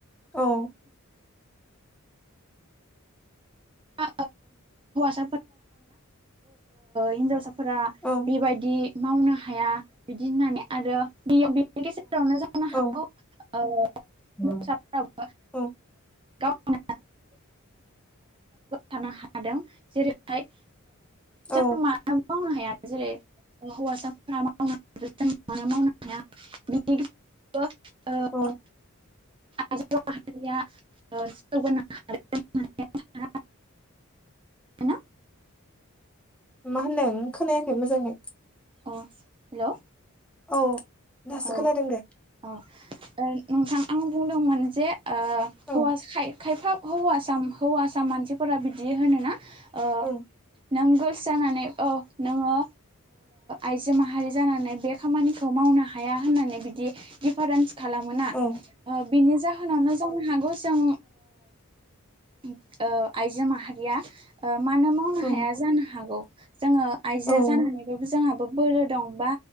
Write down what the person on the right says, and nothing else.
फ ज हिनजाव <unintelligible> फोरा
बेबायदि मावनो हाया बिदि होननानै आरो गेजेरावनो जानो
हागौ हिनजावसाफोराबो
गाव थानो हादों जेरैहाय
जों मानो मावनो हाया जेरै हौवासाफोरा मावनो हाया बिनि ग <unintelligible>
ओ ाहया <unintelligible> ा <unintelligible>
अ हेल'।
औ
औ नोंथां आं बुंदोंमोन जे
हौवा खायफा हौवासख हौवासा मानसिफोरा बिदि होनोना ओ
नों गोर्ल्स जानानै औ नोङो आइजो माहारि जानानै बे खामानिखौ मावनो हा हाया होननानै बिदि दिडिफारेन्स खालामो
बिनि जाहोनावनो जोंनो हागौ जों ओ आइजो माहारिया ओ मानो मावनो
हाया जानो हागौ जोङो आइजो
जानानैबाबो जोङाबो बोलो दं बा